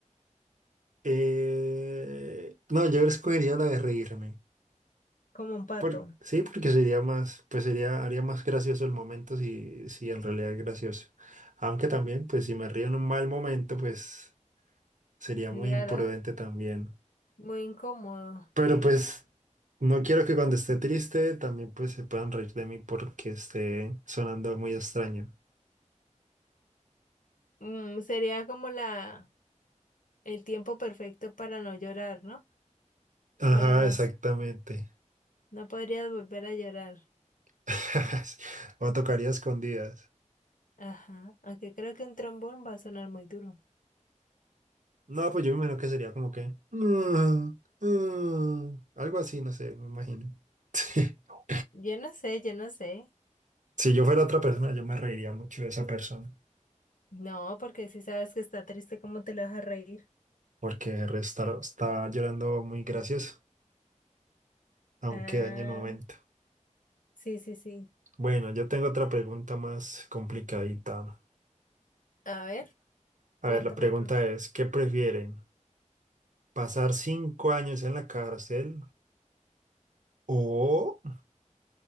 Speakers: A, on the right; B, on the left.
A: Eh, no, yo escogería la de reírme.
B: como un pato.
A: Por, sí, porque sería más, pues sería, haría más gracioso el momento si, si en realidad es gracioso. Aunque también, pues si me río en un mal momento, pues sería
B: Claro,
A: muy imprudente también.
B: muy incómodo.
A: Pero pues no quiero que cuando esté triste también pues se puedan reír de mí porque esté sonando muy extraño.
B: Mm, sería como la el tiempo perfecto para no llorar, ¿no?
A: Ajá,
B: Para nos
A: exactamente.
B: no podrías volver a llorar.
A: <laughs> O tocaría escondidas.
B: Ajá, aunque creo que un trombón va a sonar muy duro.
A: No, pues yo me imagino que sería como que... "Mm, mm", algo así, no sé, me imagino. <laughs>
B: Yo no sé, yo no sé.
A: Si yo fuera otra persona, yo me reiría mucho de esa persona,
B: No, porque si sabes que está triste, ¿cómo te lo vas a reír?
A: porque el resto está llorando muy gracioso, aunque
B: Ah,
A: dañe el momento.
B: sí, sí, sí.
A: Bueno, yo tengo otra pregunta más complicadita.
B: A ver,
A: A
B: cuéntame
A: ver, la pregunta
B: la
A: es, ¿qué prefieren? ¿Pasar cinco años en la cárcel o